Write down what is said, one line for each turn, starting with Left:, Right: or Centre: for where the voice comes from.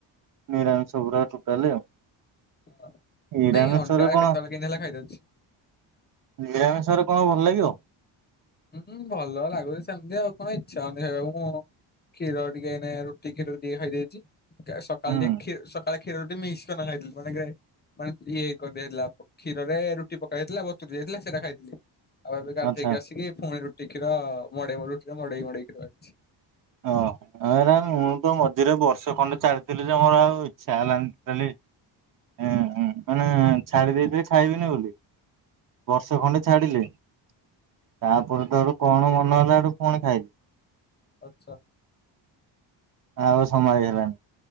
Right: ନିରାମିଷଗୁରା ଟୁଟାଲେ ଆଉ।
Left: ହ
Right: ନିରାମିଷରେ
Left: ନାଇଁ ଅଣ୍ଡା
Right: କଣ
Left: କେତେବେଳେ କିନ୍ଧ ହେଲେ ଖାଇଦଉଛି।
Right: ନିରାମିଷରେ କଣ ଭଲ ଲାଗିବ।
Left: ହୁଁ ଭଲ ଲାଗୁଛି ସେମିତି ଆଉ କଣ ଇଚ୍ଛା ହଉନି ଖାଇବାକୁ। ମୁଁ କ୍ଷୀର ଟିକେ ରୁଟି କ୍ଷୀର ଟିକେ ଖଇଦେଇଛି ସକାଳ
Right: ହୁଁ
Left: ଟିକେ କା ଖଷୀରରୁୁ ମି୍ସଟ ନ ଖାଇଥିଲୁ ମାନକେ ମାନେ ଇଏଇ କରିଦେଇଥିଲା କ୍ଷୀରରେ ରୁଟି ପକେଇ ହୋଇଥିଲା ବସ୍ତୁ ଯାଇଥିଲା ସେଇଟା ଖାଇଥିଲି। ଆଉ ଏବେ ଗାଧେଇକି
Right: ଆଚ୍ଛା
Left: ଆସିକି ପୁଣି ରୁଟି କ୍ଷୀର ମେଇ ମ ରୁଟିର ମଡେଇ ମଡେଇ କ୍ଷୀର ହେଇଛି।
Right: ଓହୋ ଆ ମୁଁ ତ ମଝିରେ ବର୍ଷ ଖଣ୍ଡେ ଚାଲିଥିଲି ଯେ ମୋର ଆଉ ଇଚ୍ଛା ହେଲାନି ଟୋଟାଲି। ହଁଁ ମାନେ ଛାଡି ଦେଇେଇି ଖାଇବିନି ବୋଲି। ବର୍ଷ ଖଣ୍ଡେ ଛାଡିଲେ ତାପରେ ତ ପରେ ତ କଣ ମନ ହେଲା ଆଠୁ କଣ ଖାଇଲି।
Left: ଆଚ୍ଛା।
Right: ଆ ଆଉ ସମ୍ଭାଳି ହେଲାଣି।